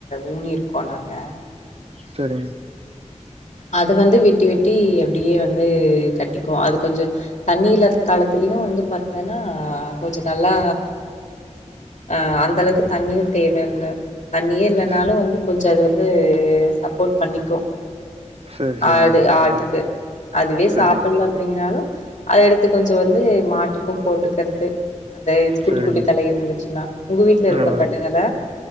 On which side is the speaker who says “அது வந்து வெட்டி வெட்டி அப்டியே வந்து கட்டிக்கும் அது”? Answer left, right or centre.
Left